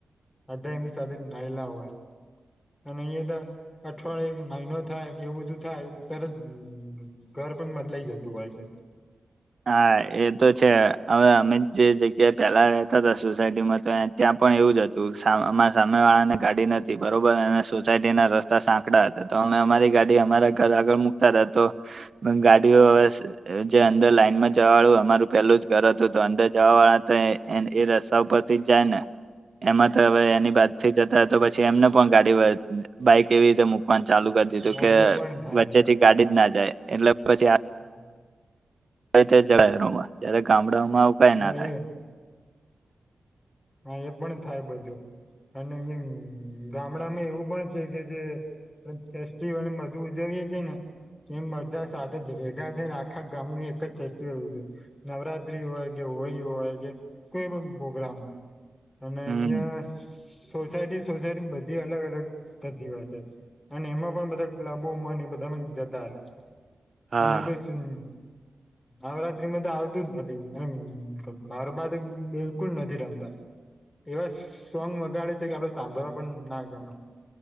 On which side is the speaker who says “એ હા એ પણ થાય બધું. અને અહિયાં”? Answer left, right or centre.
Left